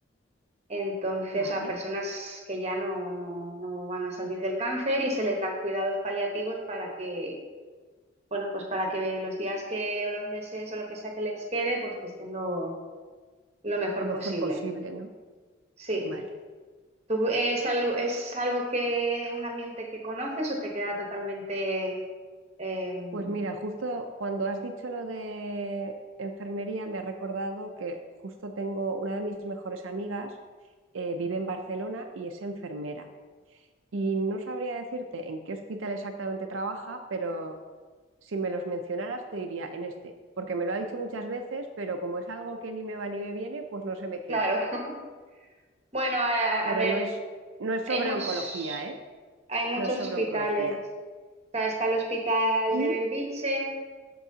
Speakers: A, on the right; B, on the right.
A: Entonces,
B: vale.
A: a personas que ya no, no no van a salir del cáncer y se les dan cuidados paliativos para que bueno, pues para que los días que o los meses o lo que sea que les quede, pues que estén lo, lo mejor
B: Lo mejor
A: posible.
B: posible, ¿no?
A: Sí.
B: Vale.
A: ¿Tú es algo, es algo que un ambiente que conoces o te queda totalmente em,
B: Pues mira, justo cuando has dicho lo de enfermería, me ha recordado que justo tengo una de mis mejores amigas, eh, vive en Barcelona y es enfermera. Y no sabría decirte en qué hospital exactamente trabaja, pero si me los mencionaras te diría en este, porque me lo ha dicho muchas veces, pero como es algo que ni me va ni me viene, pues no se me queda.
A: claro? <laughs> Bueno, a,
B: pero
A: a ver,
B: no es, no es sobre
A: hay muchos,
B: oncología, ¿eh?
A: hay muchos
B: No es sobre
A: hospitales.
B: oncología.
A: O sea, está el hospital
B: Y
A: de Belviche,